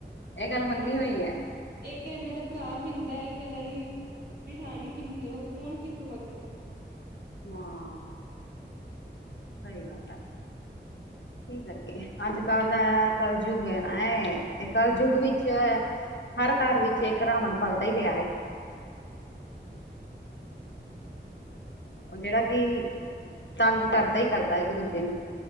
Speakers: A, on the left (about 80°); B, on the right (about 65°).
A: ਇਹ ਗੱਲ ਮੰਨੀ
B: ਹਾਂ
A: ਹੋਈ ਹੈ।
B: ਇੱਕ ਇਹਨਾਂ ਦਾ ਭਰਾ ਪੀਂਦਾ। ਇੱਕ ਇਹਨਾਂ ਦੀ ਜਠਾਣੀ ਪੀਂਦੀ। ਉਹ ਖੂਨ ਕਿੱਥੋਂ ਵੱਧਣਾ।
A: ਹਾਂ ਸਹੀ ਗੱਲ ਆ। ਕੀ ਕਰੀਏ। ਅੱਜ ਕੱਲ੍ਹ ਦਾ ਕਲਯੁੱਗ ਹੈ। ਨਾ ਇੱਹ ਕੱਲਯੁੱਗ
B: ਹਾਂਜੀ
A: ਵਿੱਚ ਏ। ਹਰ ਘਰ ਵਿੱਚ ਇੱਕ ਰਾਵਣ ਪਲਦਾ ਹੀ ਪਿਆ ਹੈ।
B: <inaudible> <unintelligible>
A: ਉਹ ਜਿਹੜਾ ਕਿ ਤੰਗ ਕਰਦਾ ਹੀ ਕਰਦਾ, ਇੱਕ, ਦੂਜੇ ਨੂੰ